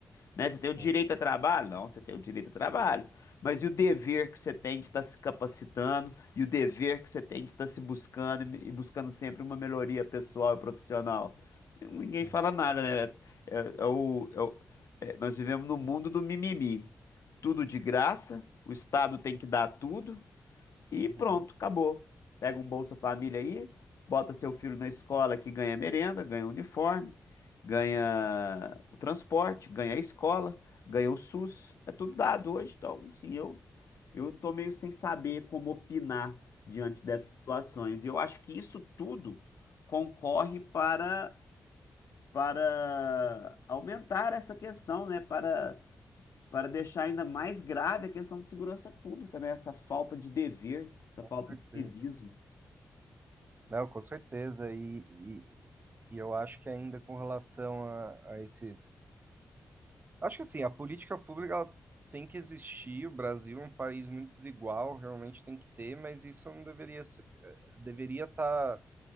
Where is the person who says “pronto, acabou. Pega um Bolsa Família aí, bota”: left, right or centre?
Left